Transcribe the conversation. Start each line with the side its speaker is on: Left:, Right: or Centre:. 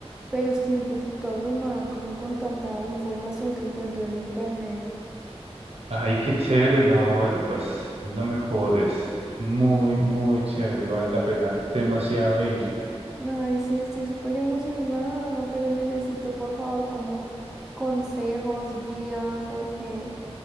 Centre: pero estoy un poquito abrumada como con tanta información que encuentro en internet.
Right: Ay, qué chévere, no, Europa es lo mejor, es muy, muy chévere, vale la pena demasiado ir.
Centre: Ay, sí, estoy súper emocionada, pero necesito por favor como consejos, guía, porque,